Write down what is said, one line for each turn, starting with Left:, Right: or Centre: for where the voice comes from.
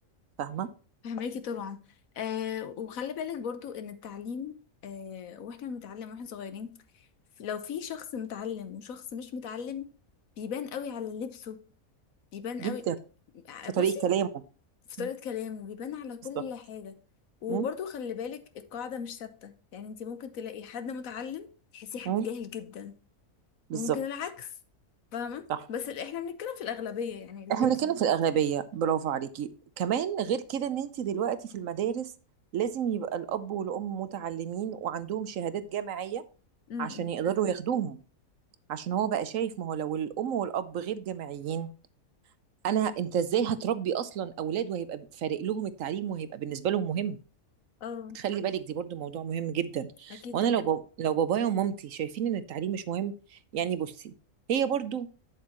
Right: فاهمه
Left: فهميكي طبعا أه وخلي بالك برضو ان التعليم أه واحنا بنتعلم واحنا صغيرين لو في شخص متعلم وشخص مش متعلم بيبان قوي على لبسه بيبان
Right: جدا
Left: قوي
Right: في
Left: بصي
Right: طريقه كلامه
Left: في طريقة
Right: مم.
Left: كلامه بيبان على كل
Right: بالظبط
Left: حاجة وبرضه
Right: م?
Left: خلي بالك القاعدة مش ثابتة يعني انت ممكن تلاقي حد متعلم تحسيه حد
Right: م?
Left: جاهل جدا
Right: بالظبط
Left: وممكن العكس فاهمة
Right: صح
Left: بس اللي احنا بنتكلم في الأغلبية يعني اللي
Right: احنا
Left: بيحصل
Right: بنتكلم في الاغلبيه برافو عليكي كمان غير كده ان انت دلوقتي في المدارس لازم يبقى الاب والام متعلمين وعندهم شهادات جامعيه
Left: امم
Right: عشان يقدروا ياخدوهم عشان هو بقى شايف ما هو لو الام والاب غير جامعيين انا انت ازاي هتربي اصلا اولاد وهيبقى فارق لهم التعليم وهيبقى بالنسبه لهم مهم
Left: اه
Right: خلي بالك دي برضو موضوع مهم جدا
Left: اكيد
Right: وانا
Left: طبعا
Right: لو ب... لو بابايا ومامتي شايفين ان التعليم مش مهم يعني بصي هي برضو